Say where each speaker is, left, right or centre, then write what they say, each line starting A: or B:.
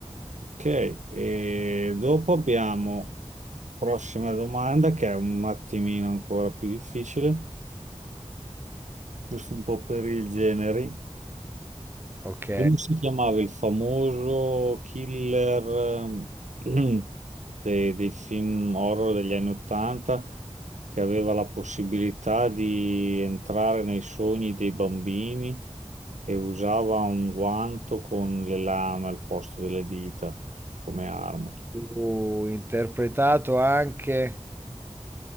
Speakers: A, on the right (about 90°); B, on the right (about 20°).
A: Ok, e dopo abbiamo prossima domanda che è un attimino ancora più difficile, giusto un po' per il genere.
B: Ok.
A: Come si chiamava il famoso killer ehm, <clears throat> de- dei, film horror degli anni Ottanta che aveva la possibilità di entrare nei sogni dei bambini e usava un guanto con le lame al posto delle dita come arma?
B: Uh, interpretato anche...